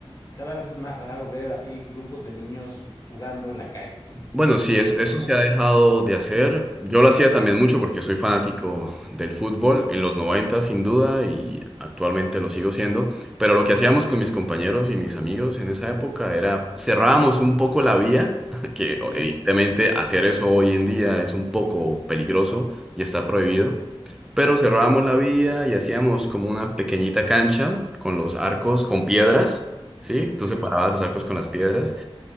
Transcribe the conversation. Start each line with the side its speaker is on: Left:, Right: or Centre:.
Left: cada vez es más raro ver así grupos de niños jugando en la calle,
Centre: Bueno, sí, es-
Left: ya
Centre: eso
Left: casi no
Centre: se
Left: hay.
Centre: ha dejado de hacer. Yo lo hacía también mucho porque soy fanático del fútbol en los 90, sin duda, y actualmente lo sigo siendo. Pero lo que hacíamos con mis compañeros y mis amigos en esa época era cerrábamos un poco la vía, <laughs> que
Left: Sí,
Centre: evidentemente hacer eso hoy en día es un poco peligroso y está prohibido.
Left: sí,
Centre: Pero cerrábamos la vía y hacíamos como una pequeñita cancha con los arcos, con piedras, ¿sí? Tú
Left: sí.
Centre: separabas los arcos con las piedras